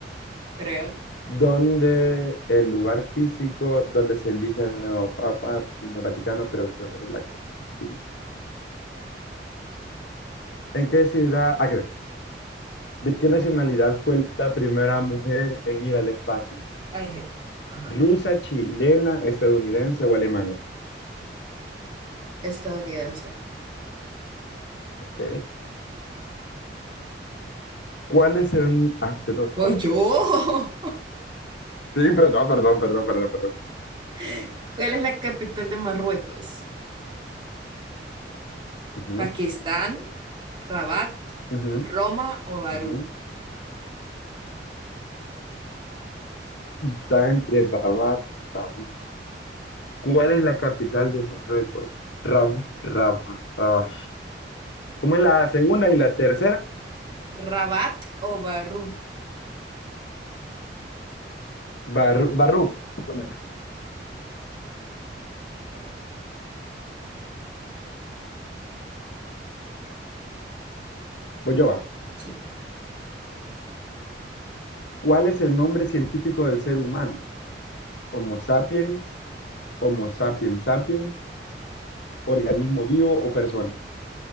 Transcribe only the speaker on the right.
Creo.
Ay, Jesús. Ajá.
Estadounidense.
Voy yo.
<laughs> ¿Cuál es la capital de Marruecos?
Pakistán, Rabat,
Roma o Barú.
Rabat o Barú.
Ok.
Sí.